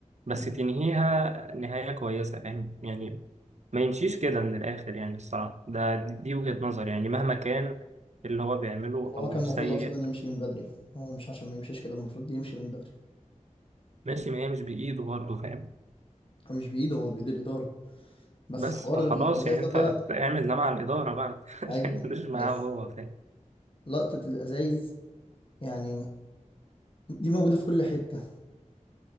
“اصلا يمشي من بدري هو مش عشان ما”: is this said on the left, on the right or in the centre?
Left